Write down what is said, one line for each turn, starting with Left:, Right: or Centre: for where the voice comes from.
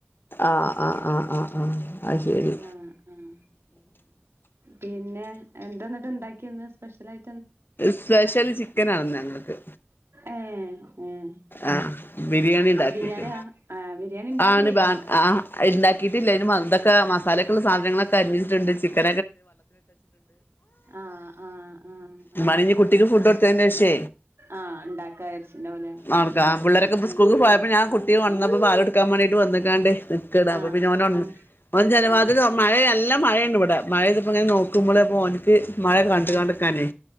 Left: ആഹ് ആഹ് ആഹ് ആഹ് ആഹ് അത്
Right: ഉം
Left: ശരി
Right: ആഹ് ആഹ് പിന്നെ എന്താന്ന്ട്ട് എന്താ ഉണ്ടാക്കിയെന്ന് സ്പെഷ്യൽ ആയി
Left: സ്പെഷ്യൽ ചിക്കൻ ആണ് ഇന്ന് ഞങ്ങൾക്ക്.
Right: ഏഹ് ഏഹ്
Left: ആഹ് ബിരിയാണി
Right: ചിക്കൻ
Left: ഉണ്ടാക്കിയിട്ട്
Right: ബിരിയാണിയാ ആഹ് ബിരിയാണി ഇണ്ടാക്കി
Left: ആണ്
Right: കഴിഞ്ഞോ
Left: വാ ആ ഉണ്ടാക്കിയിട്ടില്ല അതിനു മന്തയൊക്കെ മസാലക്കുള്ള സാധനങ്ങളൊക്കെ അരിഞ്ഞിട്ടുണ്ട് ചിക്കൻ
Right: ആഹ് ആഹ് ആഹ്
Left: ഉമ്മാനെനി
Right: ആഹ്
Left: കുട്ടിക്ക് ഫുഡ് കൊടുത്തേനു ശേഷം ട്ട്
Right: ആഹ് ഇണ്ടാക്കാ വിചാരിച്ചിണ്ടാവുല്ലേ
Left: ആട്ക്കാ പിള്ളേരൊക്കെ ഇപ്പൊ സ്കൂൾക്ക് പോയപ്പ ഞാൻ കുട്ടിയെ ഒൺന്നപ്പോ പാലൊടുക്കാൻ മാണ്ടിട്ട് വന്ന്ങ്ങാണ്ട് നിക്കടാ അപ്പ
Right: ആഹ്
Left: പിന്നെ ഓനൊൺ.
Right: ആഹ്
Left: ഓൻ ജന
Right: ആഹ്
Left: വാതിലൊ മഴെ അല്ല മഴയാണ് വടെ. മഴയ്തപ്പൊങ്ങനെ നോക്കുമ്പള് ഓൻക്ക് മഴ കണ്ട്
Right: ആഹ്
Left: കണ്ട്
Right: ആഹ്
Left: ക്കാനെ